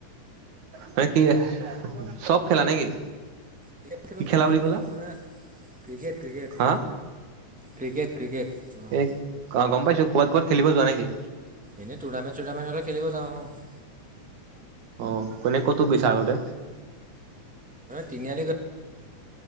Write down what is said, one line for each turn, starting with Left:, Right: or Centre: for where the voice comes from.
Right: মানে কি চব খেলা নেকি।
Centre: ক্ৰিকেট খেলো
Right: কি খেলা
Centre: ফুটবল
Right: বুলি ক'লা
Centre: খেলো মানে ক্ৰিকেট ক্ৰিকেট।
Right: হা
Centre: ক্ৰিকেট ক্ৰিকেট অ'।
Right: এ অ' গম পাইছো ক'বাত ক'বাত খেলিব যোৱা নেকি।
Centre: এনে টুৰামেণ চুণামেণ্ট হ'লে খেলিব যা অ'।
Right: অ' কোনে ক'তো গৈছা আগতে।
Centre: তিনিআলি গৈ